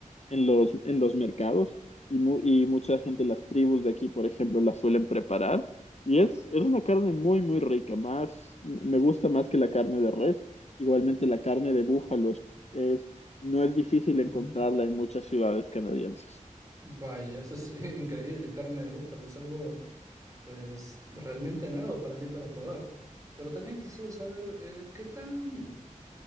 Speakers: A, on the left; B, on the right.
A: en los, en los mercados y, mu- y mucha gente, las tribus de aquí, por ejemplo, la suelen preparar. Y es, es una carne muy, muy rica, más, me gusta más que la carne de res. Igualmente la carne de búfalo es, es- no es difícil
B: Ujú.
A: encontrarla en muchas ciudades canadienses.
B: Vaya, eso es <laughs> increíble, carne de búfalo, es algo pues realmente nuevo para mí para probar. Pero también quisiera saber eh, qué tan,